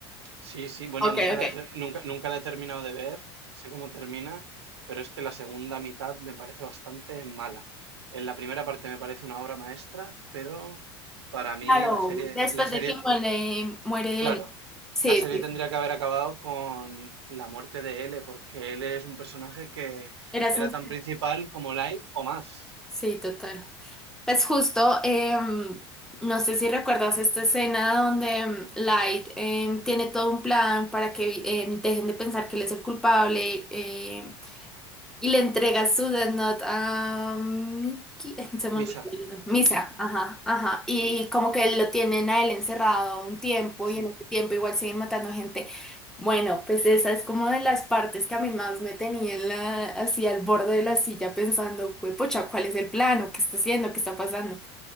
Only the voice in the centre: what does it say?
Ok,
ok.
Claro,
después
de que muere, muere
él. Sí,
sí,
era
sens-
Sí, total. Pues justo, em, no sé si recuerdas esta escena donde em, Light em, tiene todo un plan para que em, dejen de pensar que él es el culpable, em, Y le entrega su Death Note a Miki. <laughs> Se me
olvidó el nombre. Misa,
ajá, ajá. Y como que lo tienen a él encerrado un tiempo
y en ese tiempo igual siguen matando gente. Bueno, pues esa es como de las partes que a mí más me tenía en la, así al borde de la silla pensando, fue pucha, ¿cuál es el plano? ¿Qué está haciendo? ¿Qué está pasando?